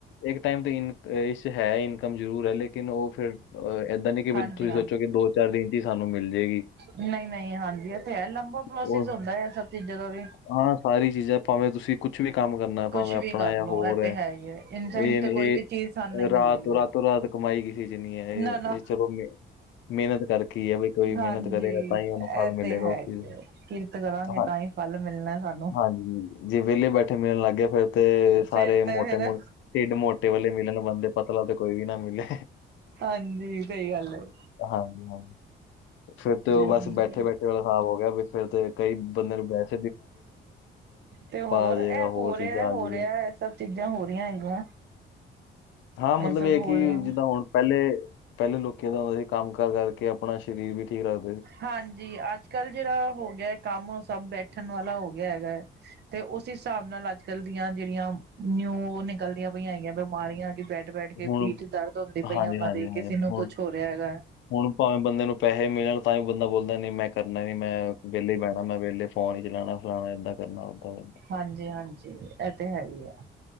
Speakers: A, on the left; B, on the right.
A: ਏਕ ਟਾਈਮ ਤੇ ਇਨ ਹੈ, ਇਸ ਇਨਕਮ ਜ਼ਰੂਰ ਐ, ਲੇਕ ਲੇਕਿਨ ਓ ਫਿਰ ਏਦਾਂ ਨੀ ਕਿ ਵੀ
B: ਹਾਂਜੀ
A: ਤੁਸੀਂ ਸੋਚੋ ਕਿ ਦੋ-ਚਾਰ ਦਿਨ ਚ ਈ ਸਾਨੂੰ ਮਿਲ ਜੇਗੀ।
B: ਨਈ-ਨਈ ਹਾਂਜੀ ਐ ਤੇ ਹੈ, ਲੰਬਾ ਪ੍ਰੋਸੈਸ
A: ਉਹ
B: ਹੁੰਦਾ ਐ ਸਭ ਚੀਜ਼ਾਂ ਦਾ ਤੇ
A: ਹਾਂ, ਸਾਰੀ ਚੀਜ਼ਾਂ ਪਾਵੇਂ ਤੁਸੀਂ ਕੁਛ ਵੀ ਕੰਮ ਕਰਨਾ ਪਾਵੇਂ
B: ਕੁਛ
A: ਆਪਣਾ
B: ਵੀ ਕਰਲੋ
A: ਯਾਂ ਹੋਰ
B: ਇਹ ਤੇ
A: ਹੈ,
B: ਹੀ ਇਨਸੈਂਟ
A: ਏ
B: ਤੇ
A: ਨੀ
B: ਕੋਈ
A: ਏ
B: ਵੀ ਚੀਜ਼ ਸਾਨੂੰ ਨਹੀਂ ਮਿਲ
A: ਰਾਤੋਂ-ਰਾਤ
B: ਰਹੀ ਹੈ
A: ਰਾਤੋਂ-ਰਾਤ ਕਮਾਈ ਕਿਸੇ ਚ ਨੀ ਐ ਏ-ਏ
B: ਨਾ ਨਾ
A: ਚਲੋ ਮ ਮੇਨਤ ਕਰਕੇ ਈ ਐ ਵੀ ਕੋਈ
B: ਹਾਂਜੀ
A: ਮੇਨਤ ਕਰੇਗਾ ਤਾਂ
B: ਇਹ
A: ਈ ਓਨੂੰ ਫਲ ਮਿਲੇਗਾ
B: ਤੇ ਹੈ
A: ਉਸ
B: ਹੀ
A: ਚੀਜ਼
B: ਹੈ ਕਿਰਤ ਕਰਾਂਗੇ
A: ਦਾ
B: ਤਾਂ ਹੀ ਫਲ ਮਿਲਣਾ ਸਾਨੂੰ
A: ਹਾਂਜੀ, ਜੇ ਵੇਲੇ ਬੈਠੇ ਮਿਲਣ ਲੱਗ ਗਯਾ ਫੇਰ ਤੇ ਸਾਰੇ
B: ਫੇਰ ਤੇ
A: ਮੋਟੇ-ਮੋ
B: ਫੇਰ
A: ਢਿੱਡ ਮੋਟੇ ਵਾਲੇ ਮਿਲਣ ਬੰਦੇ, ਪਤਲਾ ਤੇ ਕੋਈ ਵੀ ਨਾ ਮਿਲੇ।
B: ਹਾਂਜੀ, ਸਈ ਗੱਲ ਏ।
A: ਹਾਂ-ਹਾਂ। ਫਿਰ ਤੇ ਓ ਬਸ
B: ਹਾਂਜੀ
A: ਬੈਠੇ-ਬੈਠੇ ਵਾਲਾ ਸਾਬ ਹੋ ਗਯਾ, ਵੀ ਫਿਰ ਤੇ ਕਈ ਬੰਦੇ ਨੂੰ ਬੈਠ
B: ਤੇ ਹੋਰ
A: ਆ ਜਾਏਗਾ
B: ਐ ਹੋ
A: ਹੋਰ ਚੀਜ਼ਾਂ
B: ਰੇਆ ਐ ਹੋ
A: ਆ ਜਾਏਗੀ
B: ਕੇ ਜਾਂ ਮੱ ਰਿਹਾ ਐ ਸਭ ਚੀਜ਼ਾਂ ਹੋ ਰਹੀਆਂ ਹੈਗੀਆਂ।
A: ਹਾਂ ਮਤਲਬ
B: ਐ ਸਬ
A: ਇਹ ਹੈ ਕਿ
B: ਹੋ ਰੇਆ।
A: ਜਿੱਦਾਂ ਹੁਣ ਪੈਲੇ, ਪੈਲੇ ਲੋਕੀ ਦਾ ਹੁੰਦਾ ਸੀ ਕੰਮ-ਕਾਰ ਕਰਕੇ ਆਪਣਾ ਸਰੀਰ ਵੀ ਠੀਕ ਰੱਖ
B: ਹਾਂਜੀ, ਅੱਜ-ਕੱਲ੍ਹ ਜੇੜਾ ਹੋ ਗਿਆ ਕੰਮ ਸਭ ਬੈਠਣ ਵਾਲਾ ਹੋ ਗਿਆ ਹੈਗਾ। ਤੇ ਉਸ ਹਿਸਾਬ ਨਾਲ ਅੱਜ-ਕੱਲ੍ਹ ਦੀਆਂ ਜੇੜੀਆਂ ਨਿਊ ਨਿਕਲਦੀਆਂ ਪਈਆਂ ਹੈਗੀਆ ਬਿਮਾਰੀਆਂ, ਕਿ ਬੈਠ ਬੈਠ-ਬੈਠ ਕੇ
A: ਹੁਣ
B: ਪੀਠ ਦਰਦ ਹੁੰਦੀ ਪਈ
A: ਹਾਂਜੀ
B: ਐ ਓਨਾਂ
A: ਹਾਂਜੀ
B: ਦੀ, ਕਿਸੇ
A: ਹਾਂਜੀ
B: ਨੂੰ
A: ਹੁਣ
B: ਕੁਛ ਹੋ ਰਿਹਾ ਹੈਗਾ।
A: ਹੁਣ ਭਾਵੇਂ ਬੰਦੇ ਨੂੰ ਪੈਹੇ ਮਿਲਣ, ਤਾਂ ਵੀ ਬੰਦਾ ਬੋਲ ਨੀ ਮੈਂ ਕਰਨਾ ਨੀ, ਮੈਂ ਵੇਲੇ ਈ ਬੈਣਾ, ਮੈਂ ਵੇਲੇ ਫੋਨ ਈ ਚਲਾਣਾ-ਫਲਾਣਾ ਏਦਾਂ ਕਰਨਾ, ਓਦਾਂ ਕਰ
B: ਹਾਂਜੀ-ਹਾਂਜੀ, ਐ ਤੇ ਹੈ ਈ ਐ